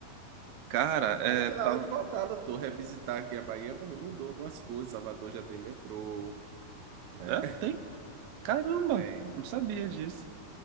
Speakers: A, on the right; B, on the right.
A: Cara,
B: É,
A: é,
B: tá
A: tava.
B: na hora de voltar, doutor. Revisitar aqui a Bahia para ver, mudou algumas coisas. Salvador já tem metrô, né?
A: É,
B: <laughs>
A: tem. Caramba,
B: Tem.
A: não sabia disso.